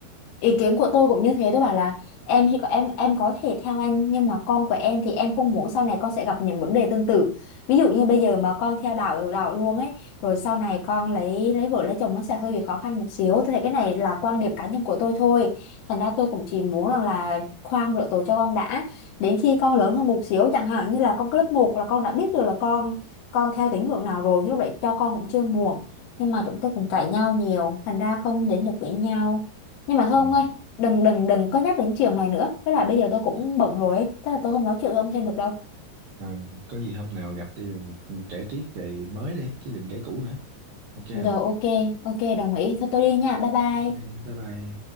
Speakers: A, on the left; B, on the right.
A: ý kiến của tôi cũng như thế tôi bảo là em thì có em em có thể theo anh nhưng mà con của em thì em không muốn sau này con sẽ gặp những vấn đề tương tự ví dụ như bây giờ mà con theo đạo đạo luôn ấy rồi sau này con lấy lấy vợ lấy chồng nó sẽ hơi bị khó khăn một xíu tôi thấy cái này là quan điểm cá nhân của tôi thôi thành ra tôi cũng chỉ muốn rằng là khoan rửa tội cho con đã đến khi con lớn hơn một xíu chẳng hạn như là con lớp một là con đã biết được là con con theo tín ngưỡng nào rồi thì lúc đấy cho con cũng chưa muộn nhưng mà chúng tôi cũng cãi nhau nhiều thành ra không đến được với nhau nhưng mà thôi
B: ừ.
A: ông ơi đừng đừng đừng có nhắc đến chiều này nữa với lại bây giờ tôi cũng bận rồi ấy. chắc là tôi không nói chuyện với ông thêm được đâu
B: Rồi, có gì hôm nào gặp đi rồi kể tiếp về mới đi chứ đừng kể cũ nữa ok
A: rồi
B: không
A: ok ok đồng ý thôi tôi đi nha bye bye
B: ok bye bye